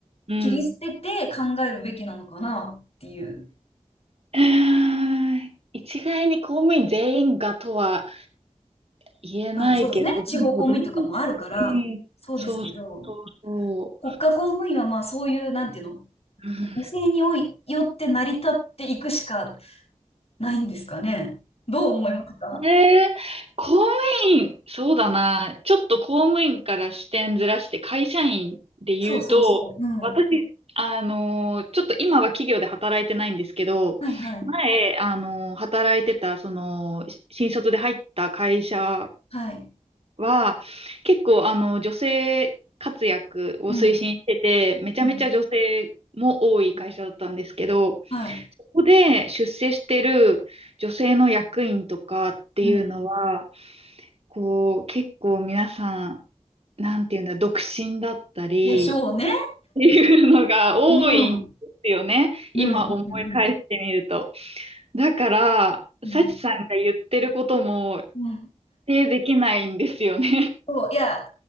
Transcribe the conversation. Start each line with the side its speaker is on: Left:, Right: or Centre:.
Right: うん
Left: 切り捨てて考えるべきなのかなっていう。
Right: うーん一概に公務員全員がとは言えないけど、
Left: まあそうですね。地方公務員とかもあるから、
Right: でもどう、うん、
Left: そうですけど、
Right: そうそうそ
Left: 国家公務員はまあそういう、なんていうの、
Right: う。うん
Left: 犠牲においよって成り立っていくしかないんですかね。どう思いますか
Right: えー、公務員、そうだな。ちょっと公務員から視点ずらして会社員で言うと、
Left: そうそうそう。うん。
Right: 私、あのーちょっと今は企業で働いてないんですけど、
Left: はいはい。
Right: 前、あのー働いてた、その、し新卒で入った会社
Left: はい。
Right: は、結構、あの、女性活躍を推進してて、
Left: うん。
Right: めちゃめちゃ女性も多い会社だったんですけど、
Left: うん。はい。
Right: そこで出世してる女性の役員とかっていうのは、
Left: うん。
Right: こう、結構皆さん、なんていうんだ、独身だったり、
Left: でしょうね。
Right: いうのが多いんですよね。
Left: うん。
Right: 今思い返してみると。
Left: うん。うん。
Right: だから、
Left: うん。
Right: サチさんが言ってることも
Left: うん。
Right: 否定できないんですよね。
Left: そう、いや、